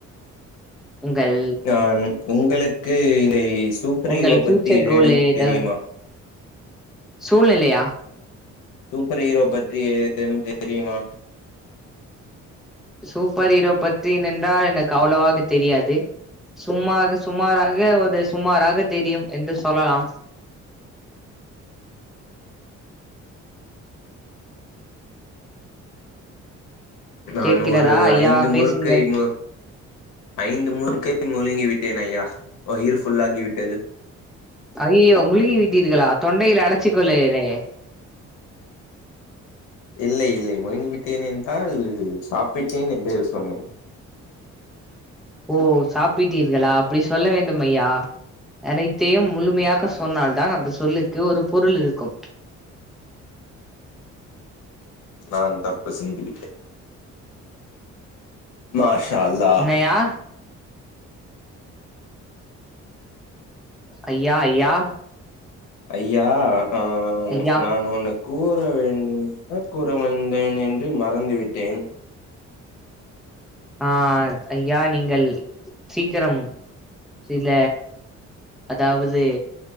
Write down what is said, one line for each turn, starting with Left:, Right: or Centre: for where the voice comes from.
Centre: உங்கள்
Left: நான் உங்களுக்கு இலை சூப்பர்
Centre: உங்கள்
Left: ஹீரோ
Centre: ஃபியூச்சர்
Left: பத்தி ஏதேனும்
Centre: கோல் ஏதாவது
Left: தெரியுமா
Centre: சூழ்நிலையா
Left: சூப்பர் ஹீரோ பத்தி ஏதேனும் தெரியுமா
Centre: சூப்பர் ஹீரோ பத்தின் என்றால் எனக்கு அவ்ளோவாக தெரியாது சும்மாக சுமாராக ஒரு சுமாராக தெரியும் என்று சொல்லலாம்
Left: நான்
Centre: கேட்கிறதா
Left: ஒரு
Centre: ஐயா
Left: ஐந்து
Centre: பேசுங்கள்
Left: முறுக்கைம்மு ஐந்து முறுக்கை முழுங்கி விட்டேன் ஐயா வயிறு ஃபுல்லாகி விட்டது
Centre: அய்யய்யோ முழுங்கி விட்டீர்களா தொண்டையில அடச்சி கொள்ளளேயே
Left: இல்லை இல்லை முழுங்கி விட்டேன் என்றால் சாப்பிட்டேன் என்று சொன்னேன்
Centre: ஓ சாப்பிட்டீர்களா அப்டி சொல்ல வேண்டும் ஐயா அனைத்தையும் முழுமையாக சொன்னால்தான் அந்த சொல்லுக்கு ஒரு பொருள் இருக்கும்
Left: நான் தப்பு செய்துவிட்டே மாஷா அல்லாஹ்
Centre: யா ஐயா ஐயா
Left: ஐயா ஆ
Centre: ஐயா
Left: நான் உனக் கூற வேண்டும் என்ன கூற வந்தேன் என்று மறந்துவிட்டேன்
Centre: ஆ ஐயா நீங்கள் சீக்கரம் சில அதாவது